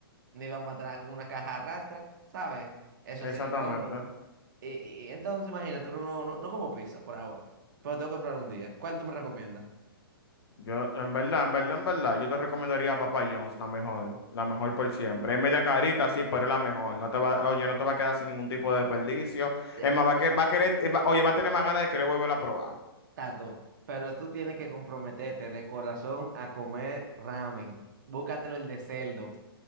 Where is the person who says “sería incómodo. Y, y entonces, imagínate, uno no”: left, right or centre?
Right